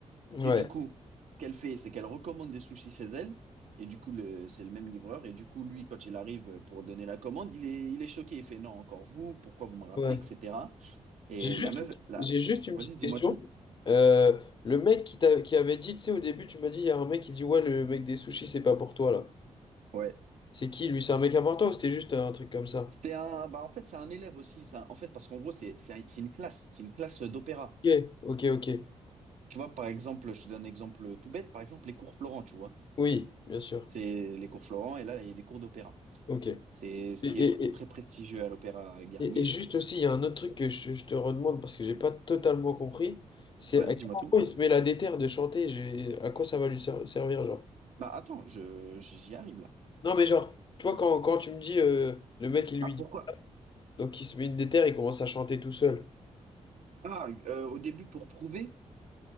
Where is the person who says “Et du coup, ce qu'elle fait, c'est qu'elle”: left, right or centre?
Right